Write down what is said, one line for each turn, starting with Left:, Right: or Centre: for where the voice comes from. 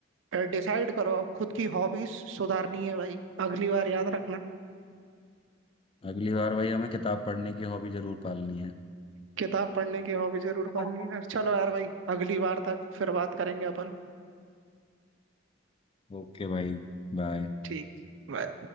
Right: डिसाइड करो अब खुद की हॉबीज सुधारनी है भाई अगली बार याद रखना
Left: अगली बार भाई हमें किताब पढ़ने की हॉबी जरूर पालनी है
Right: किताब पढ़ने की हॉबी जरूर
Left: <laughs>
Right: पालनी है चलो यार भाई अगली बार तक फिर बात करेंगे अपन
Left: ओके भाई बाय
Right: ठीक बाय